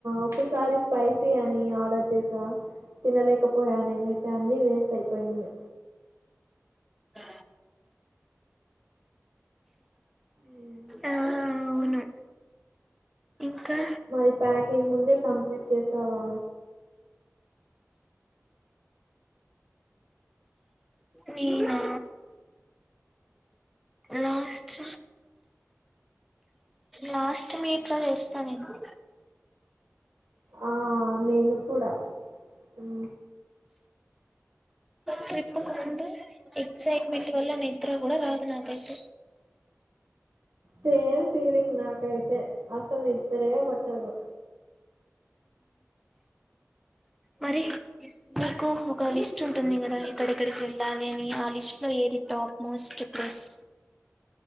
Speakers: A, on the right; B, in the centre.
A: ఒకసారి స్పైసీ అని ఆర్డర్ చేసా తినలేకపోయా నేను అన్ని వేస్ట్ అయిపోయింది
B: ఆ
A: మ్మ్.
B: ఆ అవును ఇంకా
A: మరి ప్యాకింగ్ ముందే కంప్లీట్ చేసావా
B: నేనా లాస్ట్ లాస్ట్ మీ ఇట్లో చేస్తారేమో
A: ఆ నేను కూడా ఊ
B: ట్రిప్కి ముందే ఎక్సైట్మెంట్ వల్ల నిద్ర కూడా రాదు నాకైతే
A: సేమ్ ఫీలింగ్ నాకైతే అసలు నిద్ద్రే పట్టదు
B: మరి మీకు ఒక లిస్ట్ ఉంటుంది కదా ఎక్కడెక్కడికి వెళ్ళాలని ఆ లిస్ట్ లో ఏది టాప్ మోస్ట్ ప్లేస్